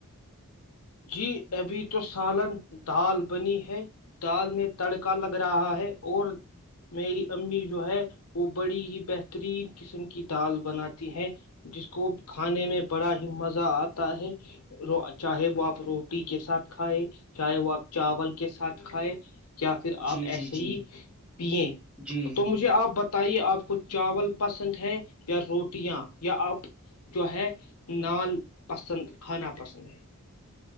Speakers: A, on the left; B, in the centre.
A: جی ابھی تو سالن دال بنی ہے دال میں تڑکا لگ رہا ہے اور میری امی جو ہے وہ بڑی ہی بہترین قسم کی دال بناتی ہے جس کو کھانے میں بڑا ہی مزہ آتا ہے وہ چاہے وہ آپ روٹی کے ساتھ کھائے چاہے وہ آپ چاول کے ساتھ کھائے کیا پھر
B: جی
A: آپ
B: جی
A: ایسے ہی
B: جی
A: پیے
B: جی
A: تو مجھے آپ بتائے آپ کو چاول پسند ہے یا روٹیاں یا آپ جو ہے نان پسند کھانا پسند ہے